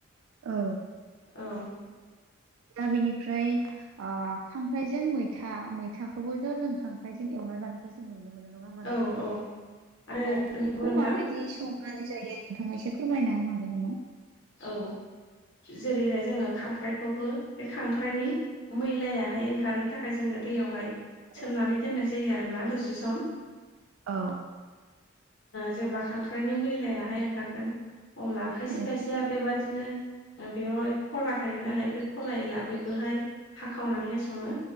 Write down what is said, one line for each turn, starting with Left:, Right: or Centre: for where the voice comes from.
Right: औ
Left: औ
Right: दा बेनिफ्राय खांख्राइजों मैथा मैथाखौबो ज' जों खांख्राइजों एवना जानाय बेखौ जों नुनो मोनो नङा होमबा
Left: औ
Right: नोंथां?
Left: औ आरो
Right: औ बेफोरखौ
Left: नंगौ नोंथां
Right: माबायदि संनानै जायो नोंथाङा एसे फोरमायना होनो हागोन ना?
Left: औ जेरैहाय जोङो खांख्राइखौबो बे खांख्राइनि मैलायाहाय ओंखारनो थाखाय जोङो दैयावहाय
Right: औ
Left: सोमनानै दोननाय जायो आरोना दसे सम।
Right: औ।
Left: जेब्ला खांख्राइनि मैलायाहाय ओंखारगोन अब्ला खायसे
Right: औ
Left: खायसे बेदिनो बेवहाय खला थायो नालाय बे खलायै लाबोबोहाय हाखावनानैहाय सङो